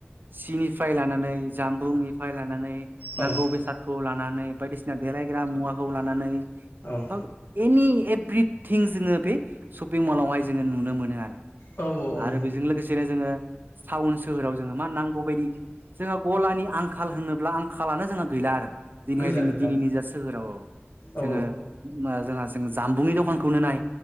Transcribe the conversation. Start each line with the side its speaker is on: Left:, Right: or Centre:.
Right: सिनिफ्राय लानानै जामबुंनिफ्राय लानानै,
Left: औ
Right: नांगौ बेसादखौ लानानै बायदिसिना देलायग्रा मुवाखौ लानानै,
Left: औ
Right: बा एनि एभ्रिथिं जोङो बे शपिं मलावहाय जोङो नुनो मोनो आरो
Left: औ औ
Right: आरो बेजों लोगोसेनो जोङो टाउन सोहोराव जोङो मा नांगौ बायदि जोंहा गलानि आंखाल होनोब्ला आंखालानो जोंहा गैला आरो दिनैहाय
Left: गैला
Right: जोंनि
Left: गैला
Right: दिनैनि जा सोहोराव औ
Left: औ
Right: जोङो ओम जोंहा जों जाम्बुंनि दखान खौनो नाय